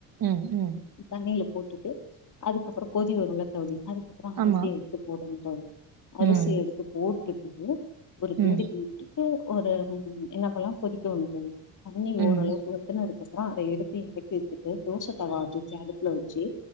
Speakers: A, on the right; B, on the left.
A: ம் ம்
B: தண்ணில போட்டுட்டு அதுக்கப்பறோ கொதி வரும்ல தோழி அதுக்கப்பறோ அரிசிய
A: ஆமா
B: எடுத்து போடணும் டோ <unintelligible> அரிசி
A: ம்
B: எடுத்து போட்டுட் டு ஒரு
A: ம்
B: கிண்டு கிண்டிட்டு ஒரு ம் என்ன பண்லா கொதிக்க உட்ணும் தோழி தண்ணி
A: ம்
B: ஓரளவுக்கு ஊத்துனா இருக் கொசரோ அத எடுத்து இறக்கி வெச்சுட்டு தோச தவா ச்சு அடுப்புல வச்சு